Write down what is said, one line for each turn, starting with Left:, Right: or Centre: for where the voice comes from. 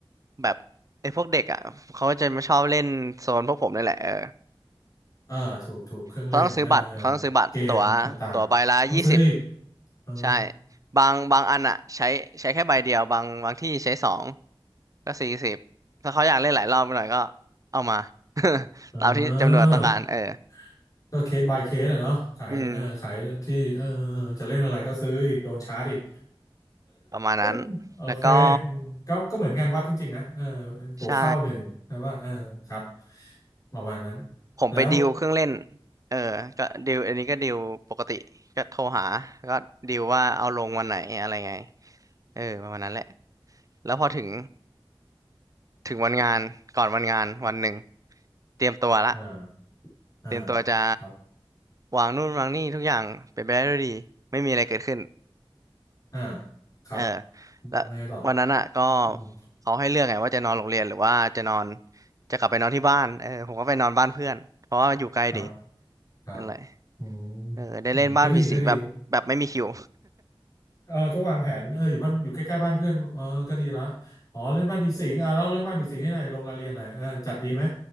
Right: แบบไอ้พวกเด็กอ่ะเขาจะมาชอบเล่นโซนพวกผมนี่แหละเออ
Left: อ่าถูกถูกเครื่องเล่นอ่าอ่า
Right: เขาต้องซื้อบัตรเขาต้องซื้อบัตรตั๋วตั๋วใบละยี่สิบ
Left: เกมต่างๆต้องซื้ออีกเออ
Right: ใช่บางบางอันอะใช้ใช้แค่ใบเดียวบางบางที่ใช้สองก็สี่สิบถ้าเขาอยากเล่นหลายรอบหน่อยก็เอามา <laughs>
Left: <laughs> เออ
Right: ตามที่จำนวนต้องการเออ
Left: ก็เคส by เคสอะเนาะขายเออขายที่เออเออจะเล่นอะไรก็ซื้ออีกโดนชาร์จอีก
Right: อืมประมาณนั้น
Left: <laughs> โอเค
Right: แล้วก็
Left: ก็ก็เหมือนงานวัดจริงๆนะเออตั๋วเข้าหนึ่งนะว่าเออครับ
Right: ใช่
Left: ประมาณนั้น
Right: ผมไปดิวเครื่องเล่น
Left: แล้ว
Right: เออก็ดิวอันนี้ก็ดิวปกติก็โทรหาก็ดิวว่าเอาลงวันไหนอะไรไงเออประมาณนั้นแหละแล้วพอถึงถึงวันงานก่อนวันงานวันหนึ่งเตรียมตัวละ
Left: อ่าอ่า
Right: เตรียมตัวจะ
Left: ครับ
Right: วางนู่นวางนี่ทุกอย่างเป็นไปได้ด้วยดีไม่มีอะไรเกิดขึ้น
Left: อ่าครับ
Right: เออแล้ววันนั้นอ่ะก็
Left: อะไรต่ออืม
Right: เขาให้เลือกไงว่าจะนอนโรงเรียนหรือว่าจะนอนจะกลับไปนอนที่บ้านเออผมก็ไปนอนบ้านเพื่อนเพราะว่าอยู่ใกล้ดี
Left: ครับครับ
Right: นั่นแหละ
Left: อืม
Right: เออได้เล่นบ้านผีสิงแบบแบบไม่มีคิว
Left: อืมก็ดีก็ดีเออก็วางแผนเอออยู่บ้านอยู่ใกล้ๆบ้านเพื่อนเออก็ดีละอ๋อเรื่องบ้านผีสิงอ่ะเล่าเรื่องบ้านผีสิงให้หน่อยลงรายละเอียดหน่อยเออจัดดีไหม